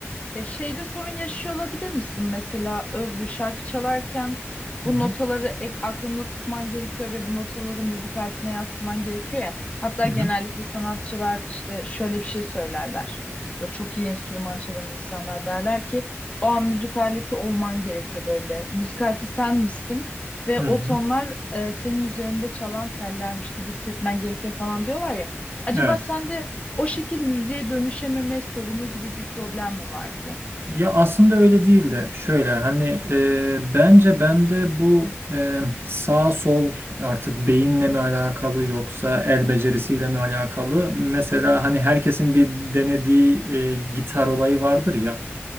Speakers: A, on the left; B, on the right.
A: Ya şeyde sorun yaşıyor olabilir misin? Mesela Özgür şarkı çalarken bu
B: Hı hı.
A: notaları ek aklında tutman gerekiyor ve bu notaları müzik aletine yansıtman gerekiyor ya. Hatta
B: Hı
A: genellikle
B: hı.
A: sanatçılar işte şöyle bir şey söylerler. Böyle çok iyi enstrüman çalan insanlar derler ki o an müzik aleti olman gerekiyor böyle. Müzik aleti sen misin ve
B: Hı
A: o
B: hı.
A: tonlar e, senin üzerinde çalan tellermiş gibi hissetmen gerekiyor falan diyorlar ya. Acaba
B: Evet.
A: sende o şekil müziğe dönüşememe sorunu gibi bir problem mi var ki?
B: Ya aslında öyle değil de şöyle hani e, bence bende bu e, sağ sol artık beyinle mi alakalı yoksa el becerisiyle mi alakalı? Mesela hani herkesin bir denediği e, gitar olayı vardır ya.